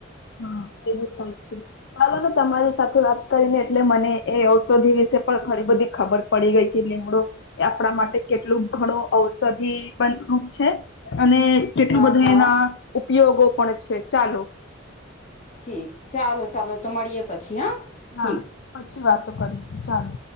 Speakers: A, on the left; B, on the left.
A: હા, એવું થાય છે. ચાલો ને, તમારી સાથે વાત કરીને એટલે મને એ ઔષધિ વિશે પણ ઘણી બધી ખબર પડી. પડી ગઈ કે લીમડો આપણા માટે કેટલો ઘણો ઔષધીય પણ ખૂબ છે. અને કેટલું
B: હા
A: બધું
B: હા
A: એના ઉપયોગો પણ છે ચાલો..
B: છે. ચાલો ચાલો તો, મળીયે પછી હા...
A: હા,
B: ઠીક
A: પછી ફરી વાતો કરીશું. ચાલો.